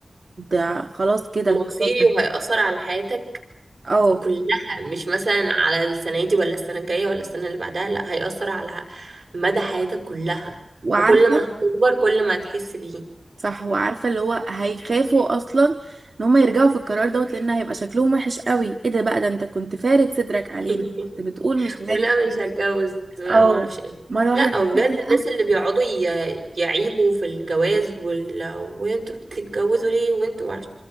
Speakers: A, on the right; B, on the right.
A: ده خلاص كده
B: مصيري
A: القرار ده
B: وهيأثر على حياتك
A: اه
B: كلها مش مثلا على السنة دي ولا السنة الجاية ولا السنة اللي بعدها لا هيأثر على مدى حياتك كلها
A: وعارفة
B: وكل ما هتكبر كل ما هتحس بيه
A: صح وعارفة اللي هو هيخافوا اصلا ان هم يرجعوا في القرار دوت لان هيبقى شكلهم وحش قوي ايه ده بقى ده انت كنت فارد صدرك علينا
B: <laughs>
A: كنت بتقول مش
B: ولا
A: عارف
B: مش
A: ايه
B: هتجوز ولا
A: اه
B: ما اعرفش ايه
A: مرة واحدة
B: لا
A: حسيت
B: بجد
A: لأ
B: الناس اللي بيقعدوا ي- يعيبوا في الجواز وال... وانتوا بتتجوزوا ليه وانتوا ما اعرفش